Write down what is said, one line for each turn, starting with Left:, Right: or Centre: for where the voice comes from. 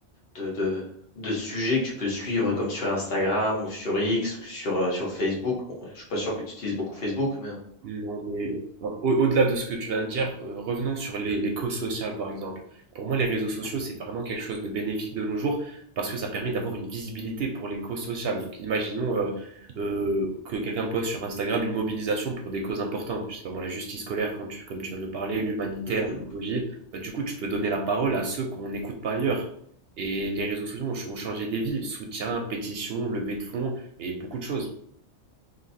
Left: de, de, de sujets que tu peux suivre comme sur Instagram ou sur X ou sur, euh, sur Facebook. Bon, ben, je suis pas sûr que tu utilises beaucoup Facebook, mais. hein.
Right: Non, mais euh, au- au-delà de ce que tu viens de dire, euh, revenons sur les, les causes sociales, par exemple. Pour moi, les réseaux sociaux, c'est vraiment quelque chose de bénéfique de nos jours parce que ça permet d'avoir une visibilité pour les causes sociales. Donc, imaginons euh, euh, que quelqu'un poste sur Instagram une mobilisation pour des causes importantes. Je sais pas moi, la justice scolaire, quand tu- comme tu viens de le parler, l'humanitaire,
Left: Mhm.
Right: l'écologie. Bah, du coup, tu peux donner la parole à ceux qu'on n'écoute pas ailleurs. Et les réseaux sociaux ont, ch- ont changé des vies. Soutien, pétition, levée de fonds et beaucoup de choses.